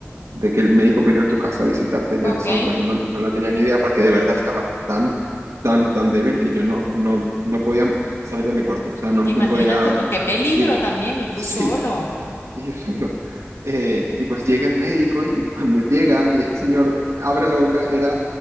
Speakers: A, on the right (about 85°); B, on the left (about 60°).
A: de que el médico puede ir a tu casa a visitarte.
B: ¿ok?
A: Yo eso pues no, no lo tenía ni idea porque de verdad estaba tan, tan, tan débil que yo no, no, no podía salir de mi cuarto. O sea, no,
B: Imagínate
A: no podía
B: tú qué peligro
A: ir.
B: también
A: <laughs>
B: y tú
A: Sí,
B: solo.
A: y yo solo. eh, y pues llega el médico y cuando llega y ese señor abre la boca, era,